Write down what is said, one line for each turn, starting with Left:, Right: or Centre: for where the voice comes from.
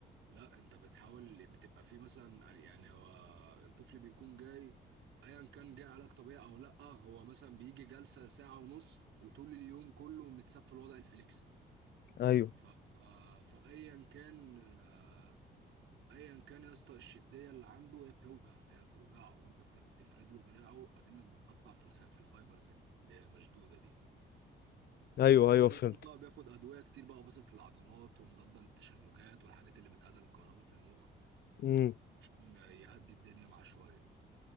Right: لا انت بتحاول بتبقى فيه مثلا يعني هو الطفل بيكون جاي ايا كان جاي علاج طبيعي او لا هو مثلا بيجي جلسه ساعه ونص وطول اليوم كله متسفل وضع الفليكس
Left: ايوه
Right: ف آه، فايا كان آه، ايا كان يا اسطى الشديه اللي عنده هي بتوجع هي بتوجعه وانت بت- بتفرد له دراعه اكنك بتقطع في الخ... في الفايبرز اللي مشدوده دي
Left: ايوه
Right: هو
Left: ايوه
Right: المفروض
Left: فهمت
Right: بقى بياخد ادويه كتير بقى وبسط العضلات ومضاد للتشنجات والحاجات اللي بتقلل الكهرباء في المخ
Left: امم
Right: عشان يهدي الدنيا معاه شويه